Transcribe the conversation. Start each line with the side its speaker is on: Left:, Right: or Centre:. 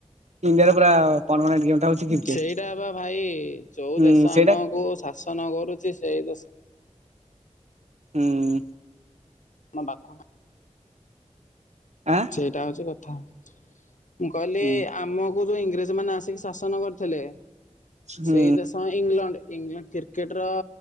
Right: ଇଣ୍ଡିଆ ର ପୁରା ପର୍ମାନେଟ ଗେମ୍। ଟା ହଉଛି କ୍ରିକେଟ
Left: ସେଇଟା ପା ଭାଇ ଯୋଉ
Right: ହୁଁ
Left: ଦେଶ
Right: ସେଇଟା
Left: ଆମକୁ ଶାସନ କରୁଚି ସେଇ ଦେଶ
Right: ହୁଁ।
Left: <unintelligible>
Right: ଆଁ
Left: ସେଇଟା ହଉଚି କଥା ମୁଁ କଇଲି
Right: ହୁଁ
Left: ଆମ କୁ ଯୋଉ ଇଂରେଜ ମାନେ ଆସିକି ଶାସନ କରିଥିଲେ
Right: ହୁଁ
Left: ସେଇ ଦେଶ ହଁ ଇଂଲଣ୍ଡ ଇଂଲଣ୍ଡ କ୍ରିକେଟ ର